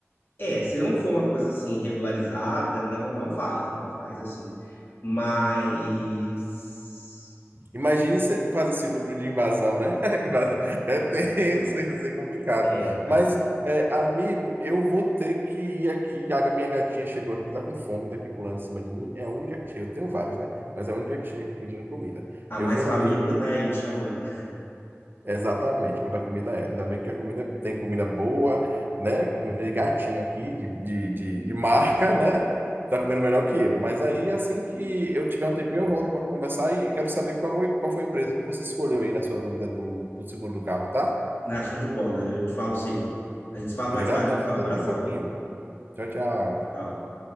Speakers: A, on the left (about 50°); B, on the right (about 45°).
A: É, se não for uma coisa assim regularizada, não, não faz, não faz assim. Mas
B: Imagine você fazer seguro de invasão, né? <laughs> Invasão. É tenso, ia ser complicado.
A: é, não.
B: Mas, é, amigo, eu vou ter que ir aqui. que A minha gatinha chegou aqui, tá com fome, tá aqui pulando em cima de mim. É a única que chega. Eu tenho vários, né? Mas é a única que chega aqui pedindo comida.
A: A
B: Eu
A: mais
B: vou
A: faminta
B: ali
A: tá aí te chamando. <laughs>
B: Exatamente, para dar comida a ela. Ainda bem que a comida tem comida boa, né? Comida de gatinho aqui, de, de, de, de marca, né? Tá comendo melhor que eu. Mas aí, assim que eu tiver um tempinho, eu volto para conversar e quero saber qual foi, qual foi a empresa que você escolheu aí na sua dúvida do, do seguro do carro, tá?
A: Na show de bola, eu te falo sim. A gente se fala
B: Obrigadão,
A: mais tarde, então.
B: até
A: Um abração.
B: daqui a pouquinho. Tchau, tchau.
A: Tchau.